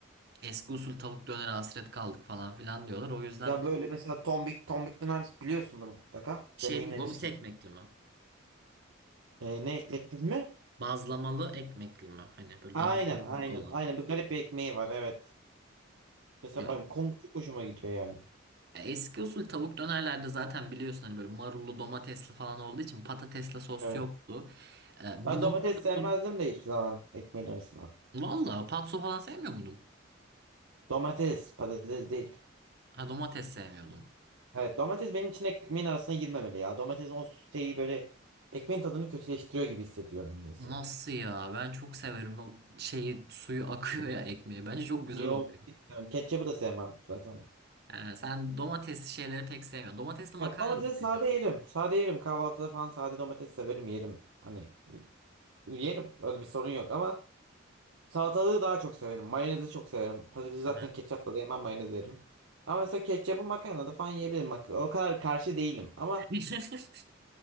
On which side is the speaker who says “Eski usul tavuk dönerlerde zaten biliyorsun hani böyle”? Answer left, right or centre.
Right